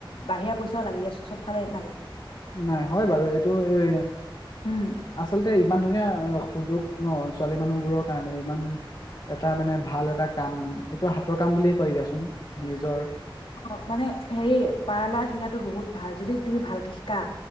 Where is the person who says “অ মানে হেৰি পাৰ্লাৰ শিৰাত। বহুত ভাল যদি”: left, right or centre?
Left